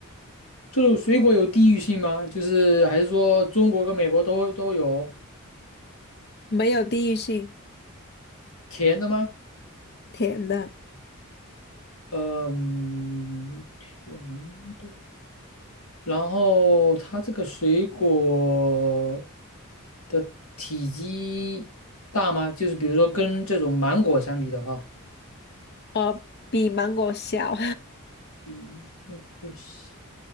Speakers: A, on the left; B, on the left.
A: 这种水果有地域性吗？就是还是说中国跟美国都都有
B: 没有地域性，
A: 甜的吗？
B: 甜的，
A: 嗯，甜的。然后它这个水果的体积大吗？就是比如说跟这种芒果相比的话，
B: 哦，比芒果小，
A: 比芒果小。